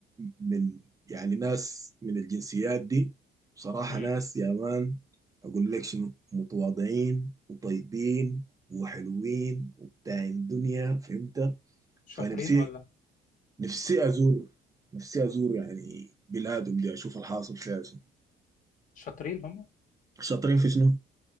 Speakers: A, on the right; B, on the left.
A: من يعني ناس من الجنسيات دي بصراحة
B: امم
A: ناس يا مان أقول لك شنو متواضعين وطيبين وحلوين وبتاعين دنيا فهمت
B: شاطرين
A: فنفسي
B: ولا
A: نفسي أزور نفسي أزور يعني بلادهم دي أشوف الحاصل فيها شنو
B: شاطرين هم
A: شاطرين في شنو